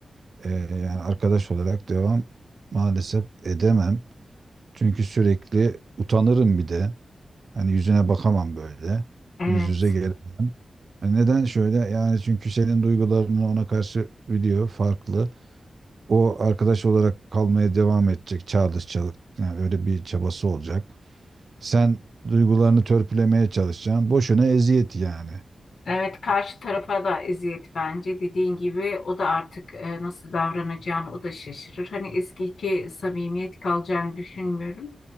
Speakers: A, on the right; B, on the left.
A: Ee, yani arkadaş olarak devam maalesef edemem. Çünkü sürekli utanırım bir de. Hani yüzüne bakamam böyle.
B: Evet.
A: Yüz yüze gelemem. Yani neden şöyle? Yani çünkü senin duygularını ona karşı biliyor, farklı. O arkadaş olarak kalmaya devam edecek, çağrışacak. Yani öyle bir çabası olacak. Sen duygularını törpülemeye çalışacaksın. Boşuna eziyet yani.
B: Evet karşı tarafa da eziyet bence dediğin gibi o da artık e, nasıl davranacağını o da şaşırır. Hani eskiki samimiyet kalacağını düşünmüyorum.